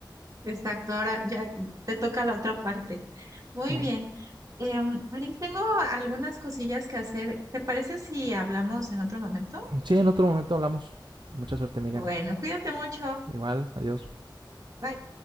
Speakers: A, on the right; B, on the right.
A: exacto. Ahora ya te toca la otra parte. Muy
B: Eh.
A: bien. Em, Marín, tengo algunas cosillas que hacer. ¿Te parece si hablamos en otro momento?
B: Sí, en otro momento hablamos. Mucha suerte, Miriam.
A: Bueno, cuídate mucho.
B: Igual, adiós.
A: Bye.